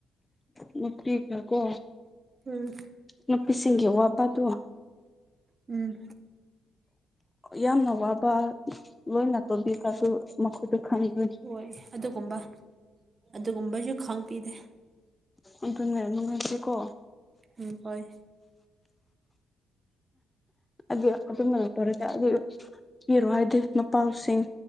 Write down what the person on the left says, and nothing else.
ꯎ ꯅꯨꯄꯤꯒꯀ
ꯅꯨꯄꯤꯁꯤꯡꯒꯤ ꯑꯋꯥꯕꯗꯣ
ꯌꯥꯝꯅ ꯋꯥꯕ ꯂꯣꯏꯅ ꯇꯧꯕꯤꯒ ꯑꯗꯨ ꯃꯈꯣꯏꯗꯨ ꯈꯪꯗꯔꯤ
ꯑꯗꯨꯅꯦ ꯅꯨꯡꯉꯥꯏꯁꯦꯀꯣ
ꯑꯗ ꯑꯗꯨꯃꯅꯄꯔꯛꯇ ꯑꯗꯨ ꯏꯔ ꯑꯗ ꯄꯥꯎꯁꯤꯡ